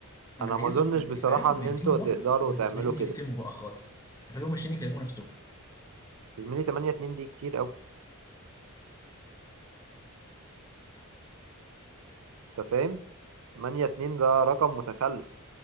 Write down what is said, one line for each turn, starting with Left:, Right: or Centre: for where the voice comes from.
Left: انا
Right: انا
Left: عايزهم
Right: ما اظنش بصراحه
Left: فاهم نديهم
Right: ان انتوا تقدروا
Left: واحده نخليهم
Right: تعملوا كده
Left: يكتموا بقى خالص نخليهم ماشيين يكلموا نفسهم
Right: بس يا زميلي 8 2 دي كتير قوي. انت فاهم 8 2 ده رقم متخلف